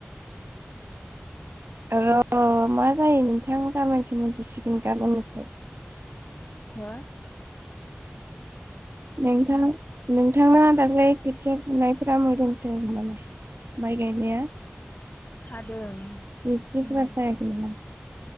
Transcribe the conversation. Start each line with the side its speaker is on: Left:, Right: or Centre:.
Right: र मा जायो नोंथां गाबोनसो मिथिसिगोन गाबोनखौ
Left: हो
Right: नोंथां नोंथाङा दाख्लै खोथिया फुनायफोरा मोदोम सायाखै नामा माइ गायनाया सिंस्रिफोरा
Left: सादों उम,
Right: सायाखै नामा